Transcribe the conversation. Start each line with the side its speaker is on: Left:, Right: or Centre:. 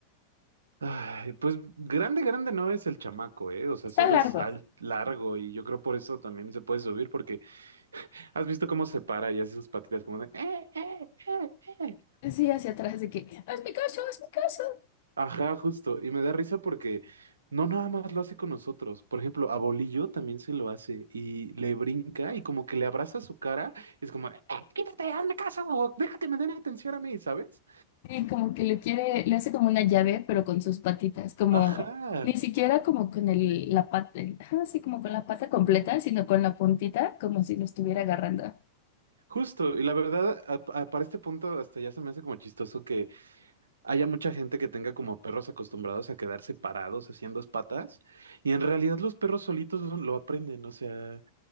Right: Ay, pues grande, grande no es el chamaco, ¿eh? O sea,
Left: Está
Right: solo
Left: largo.
Right: es al largo y yo creo por eso también se puede subir porque has visto cómo se para y hace sus patitas como de... "Eh, eh, eh, eh".
Left: sí hacia atrás de que, es mi caso, es mi caso.
Right: Ajá, justo. Y me da risa porque no nada más lo hace con nosotros. Por ejemplo, a Bolillo también se lo hace y le brinca y como que le abraza su cara. y es como, "Eh, quítate, hazme caso, déjate, me den atención a mí, ¿sabes?
Left: Sí, como que le quiere, le hace como una llave, pero con sus patitas, como
Right: Ajá.
Left: ni siquiera como con el, la pata, así como con la pata completa, sino con la puntita, como si lo estuviera agarrando.
Right: Justo, y la verdad, a- a- para este punto hasta ya se me hace como chistoso que haya mucha gente que tenga como perros acostumbrados a quedarse parados haciendo dos patas, y en realidad los perros solitos lo lo aprenden, o sea,